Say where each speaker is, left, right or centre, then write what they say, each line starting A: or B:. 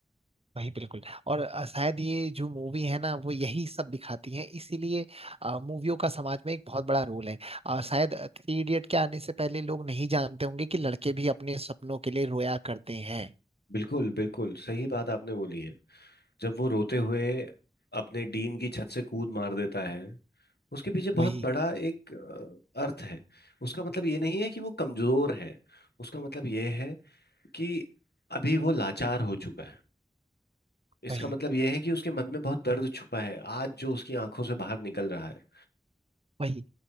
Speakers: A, on the right; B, on the left.
A: वही बिल्कुल और अ, शायद ये जो मूवी है ना वो यही सब दिखाती है इसीलिए अ, मूवियों का समाज में एक बहुत बड़ा रोल है अ, शायद थ्री इडियट के आने से पहले लोग नहीं जानते होंगे कि लड़के भी अपने सपनों के लिए रोया करते हैं
B: बिल्कुल बिल्कुल सही बात आपने बोली है जब वो रोते हुए अपने डीन की छत से कूद मार देता है उसके पीछे
A: वही
B: बहुत बड़ा एक अ, अर्थ है उसका मतलब ये नहीं है कि वो कमजोर है उसका मतलब ये है कि अभी वो लाचार हो चुका है इसका
A: वही
B: मतलब यह है कि उसके मन में बहुत दर्द छुपा है आज जो उसकी आंखों से बाहर निकल रहा है
A: वही